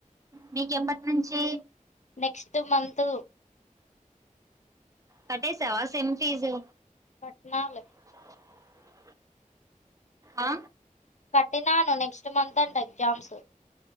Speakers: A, on the right (about 25°); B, on the left (about 60°).
A: మీకు ఎప్పటి నుంచి
B: నెక్స్ట్ మంత్
A: కట్టేసావా సెమ్ ఫీజు
B: కట్టినా లే
A: <inaudible> ఆ
B: కట్టినాను నెక్స్ట్ మంత్ అంట ఎగ్జామ్స్